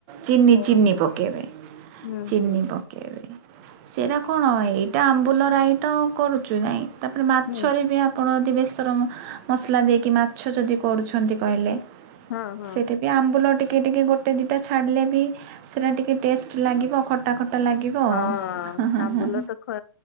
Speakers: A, on the right (about 30°); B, on the left (about 40°).
A: ଚିନି
B: ଓ
A: ଚିନି ପକେଇବେ
B: ହୁଁ
A: ଚିନି
B: ହୁଁ
A: ପ କେବେ ସେଇରା କଣ ଏଇଟା ଆମ୍ବୁଲ ରାଇ ତ କରୁଛୁ ନାଇଁ। ତାପରେ ମାଛରେ
B: ହୁଁ
A: ବି ଆପଣ ଯଦି ବେସର ମସଲା ଦେଇକି ମାଛ ଯଦି କରୁଛନ୍ତି କହିଲେ।
B: ହଁ ହଁ।
A: ସେଇଟା ବି ଆମ୍ବୁଲ ଟିକେ ଟିକେ ଗୋଟେ ଦିଟା ଛାଡ଼ିଲେ ବି ସେଇରା ଟିକେ ଟେଷ୍ଟ ଲାଗିବ ଖଟା ଖଟା ଲାଗିବ।
B: ହଁ
A: ଆଉ। ହଁ
B: ଆମ୍ବୁଲା
A: ହଁ
B: ତ ଖ